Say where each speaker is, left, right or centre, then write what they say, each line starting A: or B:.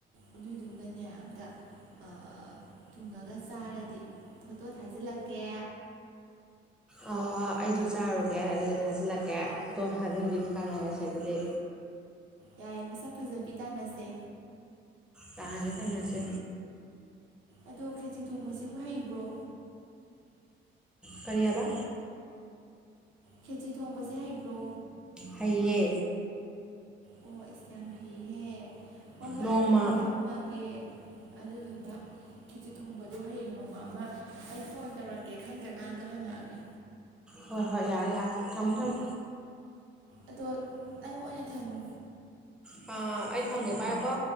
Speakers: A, on the right; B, in the centre.
A: ꯑꯗꯨꯏꯗꯨꯒꯅꯦ ꯑꯝꯇ ꯑꯥ ꯊꯣꯉꯒ ꯆꯥꯔꯗꯤ ꯐꯣꯇꯣ ꯊꯥꯖꯤꯜꯂꯛꯀꯦ
B: ꯑꯣ ꯑꯩꯁꯨ ꯆꯥꯔꯨꯒꯦ ꯑꯗꯨꯗ ꯊꯥꯖꯤꯜꯂꯛꯀꯦ ꯐꯣꯇꯣ ꯊꯥꯖꯤꯟꯕꯤ ꯇꯥꯟꯅꯔꯁꯦ ꯑꯗꯨꯗꯤ
A: ꯌꯥꯏꯌꯦ ꯃꯁꯛ ꯐꯖꯕꯤ ꯇꯥꯅꯁꯦ
B: ꯇꯥꯟꯒꯔꯦ ꯀꯩꯅꯣꯁꯦ
A: ꯑꯗꯣ ꯈꯦꯆꯤ ꯊꯣꯡꯕꯁꯤꯕꯨ ꯍꯩꯕ꯭ꯔꯣ
B: ꯀꯔꯤ ꯍꯥꯏꯕ
A: ꯈꯦꯆꯤ ꯊꯣꯡꯕꯁꯦ ꯍꯩꯕ꯭ꯔꯣ
B: ꯍꯩꯌꯦ
A: ꯑꯣ ꯑꯩꯁ ꯌꯥꯝ ꯍꯩꯍꯦ ꯍꯣꯏ ꯍꯣꯏ
B: ꯅꯣꯡꯃ
A: ꯑꯗꯨꯗꯤ ꯊꯝꯃꯒꯦ ꯑꯗꯨꯗꯨꯒ ꯈꯤꯆꯤ ꯊꯣꯡꯕꯗꯣ ꯍꯌꯦꯡ ꯅꯣꯡꯃ ꯑꯃ ꯑꯩ ꯐꯣꯟ ꯇꯧꯔꯛꯀꯦ ꯈꯪꯗ꯭ꯔꯀꯥꯟꯗꯣ ꯍꯪꯉꯛꯑꯒꯦ
B: ꯍꯣꯏ ꯍꯣꯏ ꯌꯥꯏ ꯌꯥꯏ ꯊꯝꯃꯣ ꯊꯝꯃꯣ
A: ꯑꯗꯣ ꯅꯪ ꯑꯣꯏꯅ ꯊꯝꯃꯣ
B: ꯐꯥ ꯑꯩ ꯊꯝꯒꯦ ꯄꯥꯏꯑꯣꯀꯣ